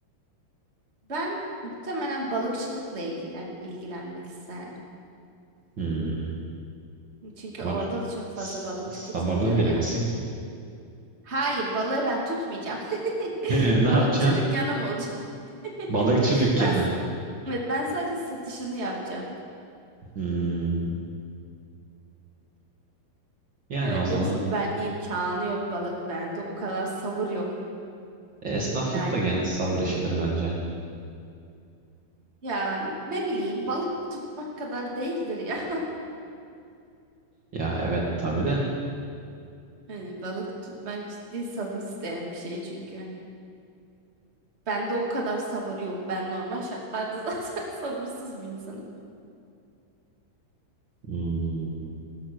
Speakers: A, on the right; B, on the right.
A: Ben muhtemelen balıkçılıkla ilgilen ilgilenmek isterdim.
B: Hmm.
A: Çünkü
B: Ama
A: orada
B: ç-
A: da çok fazla
B: s-
A: balık
B: sabırlı
A: tüketiliyor
B: biri
A: ya.
B: misin ki?
A: Hayır, balığı ben tutmayacağım. <laughs>
B: <laughs> Ne
A: Balıkçı
B: yapacaksın?
A: dükkanım olacak. <laughs>
B: Balıkçı dükkanı.
A: Ben, s- evet, ben sadece satışını yapacağım.
B: Hmm. Yani
A: Evet,
B: o zaman
A: yoksa ben imkanı yok balık bende. O kadar sabır yok.
B: e, esnaflık
A: Yani
B: da gene sabır işidir bence.
A: ya ne bileyim balık tutmak kadar değildir ya. <laughs>
B: Ya evet tabii de.
A: Hani balık tutmak ciddi sabır isteyen bir şey çünkü. Bende o kadar sabır yok. Ben normal şartlarda <laughs> zaten sabırsız bir insanım.
B: Hmm.